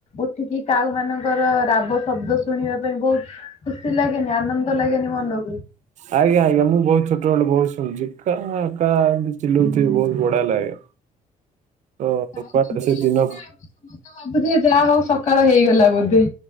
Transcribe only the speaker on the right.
ଆଜ୍ଞା ଆଜ୍ଞା ମୁଁ ବହୁତ ଛୋଟ ବେଳ ବହୁତ ଶୁଣୁଛି କା କା ଏମତି ଚିଲଉଥିବେ। ବହୁତ ବଢିଆ ଲାଗେ। ତ
କୁଆଡେ
ସେ ଦିନ